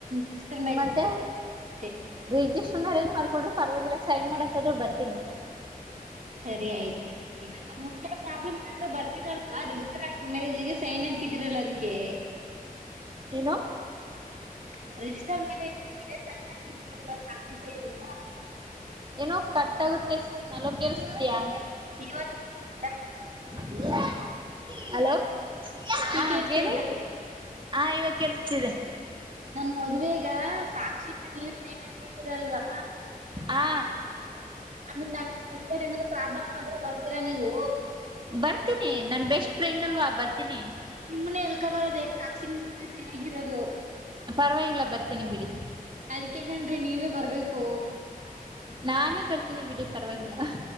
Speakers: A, on the right (about 60°); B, on the right (about 35°).
A: ಸಿಸ್ಟರ್ ಮ್ಯಾರೇಜ್
B: ಮತ್ತೆ
A: ಮತ್ತೆ
B: ರಿಜಿಸ್ಟರ್ ಮ್ಯಾರೇಜ ಮಾಡ್ಕೊಂಡ್ರು ಪರವಾಗಿಲ್ಲ ಸೈನ್ ಮಾಡಕ ಆದ್ರು ಬರ್ತೀನಿ.
A: ಸರಿ ಆಯ್ತು ಕಣ್ರಿ. ಮುಂದೆ ಪ್ರಾಬ್ಲಮ್ ಆದ್ರೆ ಬರ್ತಿರಿಲ್ವಾ ರಿಜಿಸ್ಟರ್ ಮ್ಯಾರೇಜ್ಗೆ ಸೈನ್ ಹಾಕಿದೀರಲ್ಲ ಅದಕ್ಕೆ
B: ಏನೋ
A: <unintelligible> <unintelligible>
B: ಏನೋ ಕಟ್ಟಾಗುತ್ತೆ ಹೆಲೋ ಕೆಳಸ್ತಿದೆಯಾ.
A: <unintelligible>
B: <unintelligible> ಹಲೋ ಹಾ
A: ಈಗ ಕೇಳ್ಸ್ತಾ
B: ಕೇಳಿ
A: ಐತ
B: ಹ ಇವಗ್ ಕೇಳ್ಸ್ತಿದೆ.
A: ಮದ್ವೇಗ ಸಾಕ್ಷಿ ನೀವ್ <unintelligible> ರಲ್ವಾ
B: ಹಾ
A: ಆಮೇಲೆ <unintelligible> ಪ್ರಾಬ್ಲಮ್ ಆದ್ರೆ ಬರ್ ತೀರ ನೀವು
B: ಬರ್ತೀನಿ ನನ್ ಬೆಸ್ಟ್ ಫ್ರೆಂಡ್ ಅಲ್ವಾ ಬರ್ತೀನಿ
A: ನಿಮನ್ನೆ ಎಳ್ಕೊಂಡ್ ಬರೋದು ಯಾಕ್ ಸಾಕ್ಷಿ <unintelligible> ಆಗಿರೋದು
B: ಪರವಾಗಿಲ್ಲ ಬರ್ತೀನಿ ಬಿಡಿ
A: ಅದಿಕ್ಕೆ ಗೆನ್ರಿ ನೀವೇ ಬರ್ಬೇಕು.
B: ನಾನೇ ಬರ್ತೀನಿ ಬಿಡಿ ಪರ್ವಾಗಿಲ್ಲ ಅಹ್